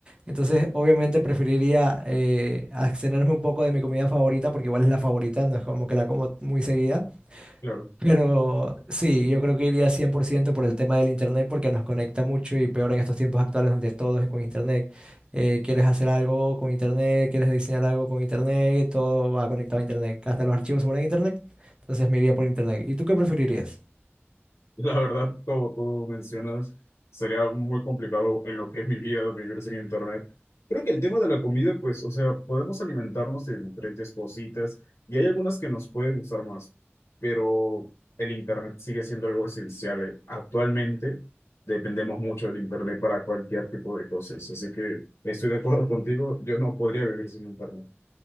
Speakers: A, on the right; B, on the left.
A: Entonces, obviamente preferiría eh, abstenerme un poco de mi comida favorita, porque igual es la favorita, no es como que la como muy seguida
B: <laughs> claro.
A: pero sí, yo creo que iría cien por ciento por el tema del internet porque nos conecta mucho y peor en estos tiempos actuales donde todo es con internet. Eh, quieres hacer algo con internet, quieres diseñar algo con internet, todo va conectado a internet. Hasta los archivos se ponen en internet. Entonces me iría por internet. ¿Y tú qué preferirías?
B: <laughs> La verdad, como tú mencionas, sería muy complicado en lo que es mi vida vivir sin internet. Creo que el tema de la comida, pues, o sea, podemos alimentarnos de diferentes cositas y hay algunas que nos pueden gustar más, pero el internet sigue siendo algo esencial. Actualmente dependemos mucho del internet para cualquier tipo de cosas, así que estoy de acuerdo contigo, yo no podría vivir sin internet.